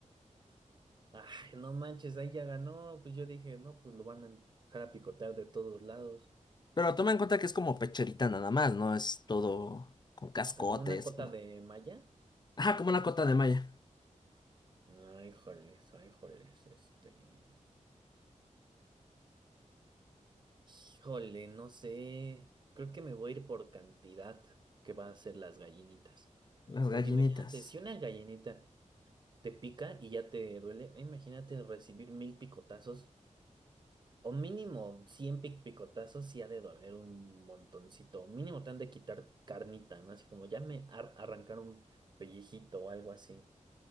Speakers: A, on the right; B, on the left.
A: Ay, no manches, ahí ya ganó. Pues yo dije, no, pues lo van a dejar a picotear de todos lados.
B: Pero toma en cuenta que es como pecherita nada más, no es todo con cascotes.
A: O sea, como una cota de malla.
B: Ajá, como una cota de malla.
A: Ay, joles, ay, joles, este. Híjole, no sé. Creo que me voy a ir por cantidad que va a ser las gallinitas.
B: Las gallinitas.
A: Porque imagínate, si una gallinita te pica y ya te duele, imagínate recibir mil picotazos. O mínimo 100 pic- picotazos sí ha de doler un montoncito. Mínimo te han de quitar carnita, ¿no? Así como ya me ar- arrancaron un pellejito o algo así.